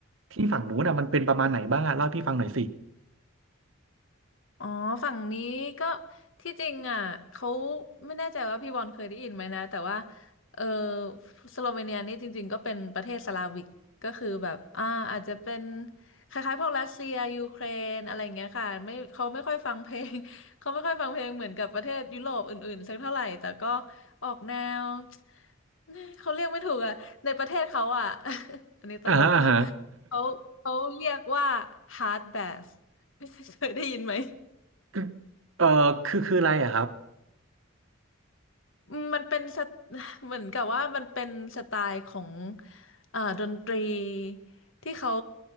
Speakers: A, on the right; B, on the left.
A: ที่ฝั่งนู้นน่ะมันเป็นประมาณไหนบ้างอะเล่าให้พี่ฟังหน่อยสิ
B: อ๋อฝั่งนี้ก็ที่จริงอ่ะเขาไม่แน่ใจว่าพี่บอลเคยได้ยินไหมนะแต่ว่าเออสโลเวเนียนี่จริงๆก็เป็นประเทศสลาวิกก็คือแบบอ่าอาจจะเป็นคล้ายๆพวกรัสเซียยูเครนอะไรอย่างเงี้ยค่ะไม่เขาไม่ค่อยฟังเพลง <laughs> เขาไม่ค่อยฟังเพลงเหมือนกับประเทศยุโรปอื่นๆสักเท่าไหร่แต่ก็ออกแนว <sniffs> <tsk> เขาเรียกไม่ถูกอ่ะในประเทศเขาอ่ะ <laughs> อันนี้ตลก
A: อ่าฮะอ่าฮะ
B: เขาเขาเรียกว่า hard bath เคยได้ยินไหม
A: <laughs> คือเออคือคืออะไรอะครับ
B: อืมมันเป็นสไต <sighs> เหมือนกับว่ามันเป็นสไตล์ของอ่าดนตรีที่เขา